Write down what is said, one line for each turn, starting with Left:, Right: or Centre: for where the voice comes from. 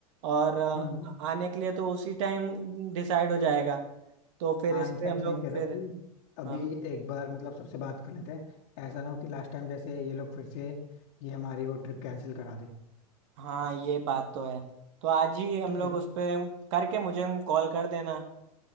Right: और अ,
Left: हाँ
Right: आने के लिए तो उसी टाइम डिसाइड हो जाएगा तो फिर
Left: हाँ
Right: इस
Left: इनफैक्ट
Right: पे हम
Left: सही
Right: लोग
Left: कह रहे
Right: फिर
Left: हो कि अभी
Right: हाँ
Left: एक बार मतलब सबसे बात कर लेते हैं ऐसा ना हो कि लास्ट टाइम जैसे ये लोग फिर से ये हमारी वो ट्रिप कैंसिल करा दें
Right: हाँ ये बात तो है तो आज ही हम
Left: ठीक
Right: लोग
Left: है
Right: उस पे करके मुझे कॉल कर देना